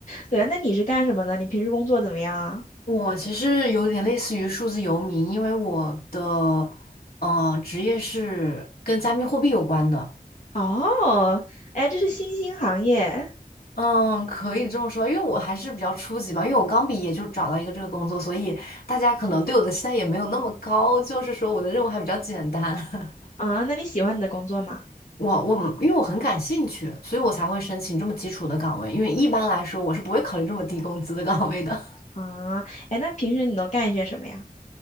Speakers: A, on the left; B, on the left.
A: 对啊，那你是干什么的？你平时工作怎么样啊？
B: <laughs> 我其实有点类似于数字游民，因为我的呃职业是跟加密货币有关的。
A: 哦，哎，这是新兴行业
B: 嗯，可以这么说，因为我还是比较初级嘛，因为我刚毕业就找到一个这个工作，所以大家可能对我的期待也没有那么高，就是说我的任务还比较简单。
A: 啊，那你喜欢你的工作吗？
B: <laughs> 我我因为我很感兴趣，所以我才会申请这么基础的岗位，因为一般来说我是不会考虑这么低工资的岗位的。
A: 啊，哎，那平时你都干些什么呀？